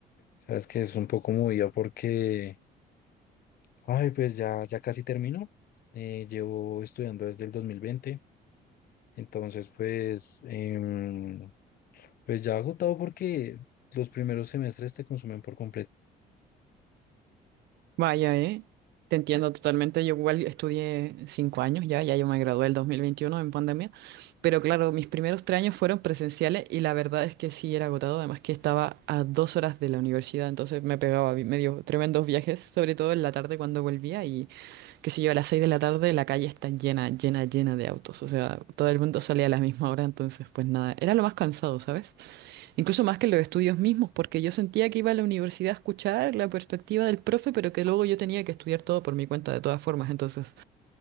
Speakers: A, on the left; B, on the right.
A: sabes que es un poco movida porque, ay, pues ya, ya casi termino. Eh, llevo estudiando desde el dos mil veinte entonces pues, em, pues ya agotado porque los primeros semestres te consumen por completo
B: Vaya, ¿eh? Te entiendo totalmente. Yo igual estudié cinco años ya, ya yo me gradué el 2021 en pandemia, pero claro, mis primeros tres años fueron presenciales y la verdad es que sí era agotado, además que estaba a dos horas de la universidad, entonces me pegaba vi- medio tremendos viajes, sobre todo en la tarde cuando volvía y qué sé yo, a las 6 de la tarde la calle está llena, llena, llena de autos. O sea, todo el mundo salía a la misma hora, entonces pues nada, era lo más cansado, ¿sabes? Incluso más que los estudios mismos, porque yo sentía que iba a la universidad a escuchar la perspectiva del profe, pero que luego yo tenía que estudiar todo por mi cuenta de todas formas. Entonces,